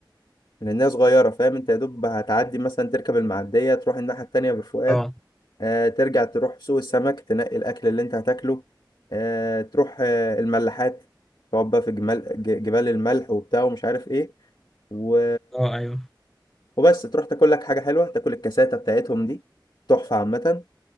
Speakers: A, on the left; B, in the centre.
A: لأنها صغيرة فاهم أنت يا دوب هتعدي مثلا تركب المعدية تروح الناحية التانية بالفؤاد
B: اه
A: آه ترجع تروح سوق السمك تنقي الأكل اللي أنت هتاكله آه تروح آه الملاحات تقعد بقى في جمال ج- جبال الملح وبتاع ومش عارف إيه و...
B: اه ايوه
A: وبس تروح تاكل لك حاجة حلوة تاكل الكاساتة بتاعتهم دي تحفة عامة